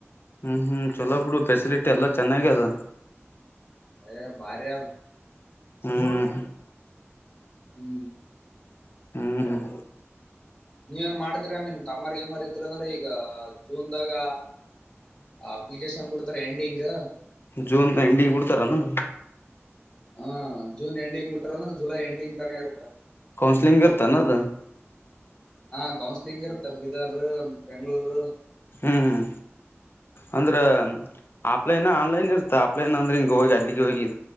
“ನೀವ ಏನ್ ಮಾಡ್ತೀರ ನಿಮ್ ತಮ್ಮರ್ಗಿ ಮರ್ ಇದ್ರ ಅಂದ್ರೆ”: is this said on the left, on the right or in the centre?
Left